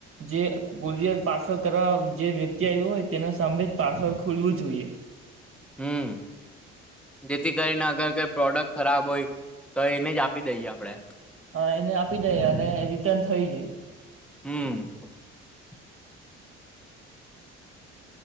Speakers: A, on the right; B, in the centre.
A: જે કોરિયર પાર્સલ કરવા જે વ્યક્તિ આવ્યો હોય તેના સામે જ પાર્સલ ખોલવું જોઈએ
B: હમ જેથી કરીને અગર કઈ પ્રોડક્ટ ખરાબ હોય તો એને જ આપી દઈએ આપડણે
A: હા એને આપી દઈ અને રિટર્ન થઈ જાય
B: <inaudible>